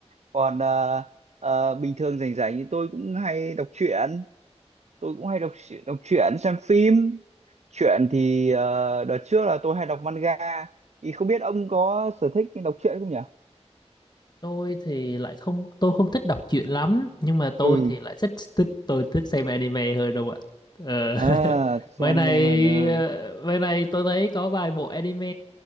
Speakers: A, on the right; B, on the left.
A: còn ờ, ờ, bình thường rảnh rảnh thì tôi cũng hay đọc truyện tôi cũng hay đọc truyện- đọc truyện xem phim truyện thì ờ, đợt trước là tôi hay đọc manga thì không biết ông có sở thích đọc truyện không nhỉ
B: Tôi thì lại không tôi không thích đọc truyện lắm, nhưng mà tôi
A: ừ
B: thì lại thích thích tôi thích xem anime hơn đâu ạ. Ờ,
A: à
B: <laughs>
A: thích xem
B: mấy
A: anime
B: này
A: hơn ờ.
B: ờ, mấy này tôi thấy có vài bộ anime